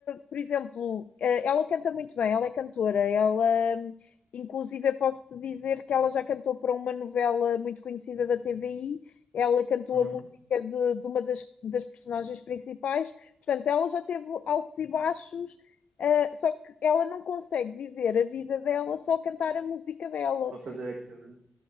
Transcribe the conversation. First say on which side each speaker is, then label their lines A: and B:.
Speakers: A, on the left; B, on the right.
A: por exemplo, eh, ela canta muito bem, ela é cantora, ela, hum, inclusive, eu posso-te dizer que ela já cantou para uma novela muito conhecida da TVI, ela cantou
B: Uhum.
A: a música de, de uma das, das personagens principais, portanto, ela já teve altos e baixos, eh, só que ela não consegue viver a vida dela só a cantar a música dela.
B: Vou fazer aquilo, né?